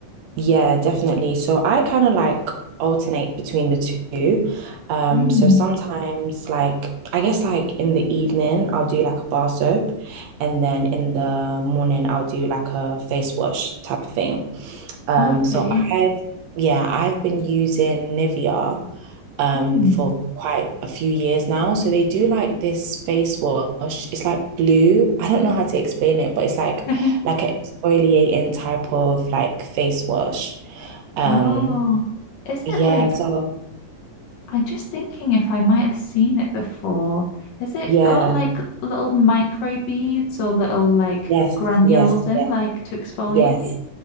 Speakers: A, on the right; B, on the left.
A: Yeah, definitely. So I kind of like alternate between the two. Um,
B: Mm.
A: so sometimes like I guess like in the evening I'll do like a bar soap and then in the morning I'll do like a face wash type of thing. Um,
B: Oh, okay.
A: so I yeah, I've been using Nivea um
B: Mm.
A: for quite a few years now. So they do like this face wash. It's like blue. I don't know how to explain it, but it's like
B: <laughs>
A: like an exfoliating type of like face wash. Um,
B: Oh, is
A: yeah,
B: it like
A: so
B: I'm just thinking if I might have seen it before. Has it
A: yeah,
B: got like little micro beads or little like
A: yes,
B: granules
A: yes,
B: in,
A: yes,
B: like to exfoliate?
A: yes,